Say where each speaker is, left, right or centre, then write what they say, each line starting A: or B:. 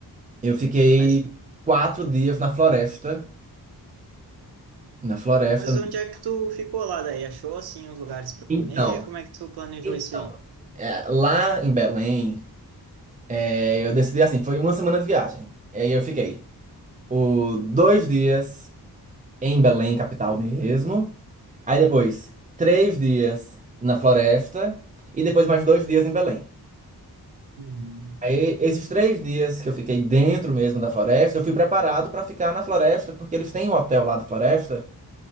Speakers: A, on the right; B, on the right.
A: Eu fiquei
B: Mas,
A: quatro dias na floresta. Na floresta.
B: mas onde é que tu ficou lá daí? Achou, assim, os lugares para comer?
A: Então,
B: Como é que tu planejou
A: então,
B: isso aí?
A: é, lá em Belém, é, eu decidi assim, foi uma semana de viagem. Aí eu fiquei o dois dias. em Belém, capital mesmo. Aí depois, três dias na floresta e depois mais dois dias em Belém.
B: Uhum,
A: Aí,
B: entendi.
A: esses três dias que eu fiquei dentro mesmo da floresta, eu fui preparado para ficar na floresta, porque eles têm um hotel lá da floresta,